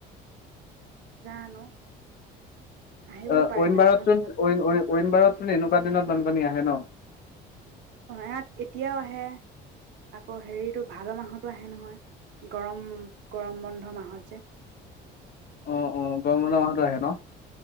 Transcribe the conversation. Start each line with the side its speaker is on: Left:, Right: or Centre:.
Right: জানো আহিবও
Left: অ
Right: পাৰে
Left: ঐন
Right: নাজানো
Left: বাৰত চোন
Right: নহয়
Left: ঐন ঐন ঐন বাৰত চোন এনেকুৱা দিনত বানপানী আহে হে ন
Right: অ ইয়াত এতিয়াও আহে, আকৌ হেৰিটো ভাদ মাহটো আহে নহয় গৰম গৰম বন্ধ মাহ মাহত যে
Left: অ অ গৰম বন্ধ মাহটো আহে ন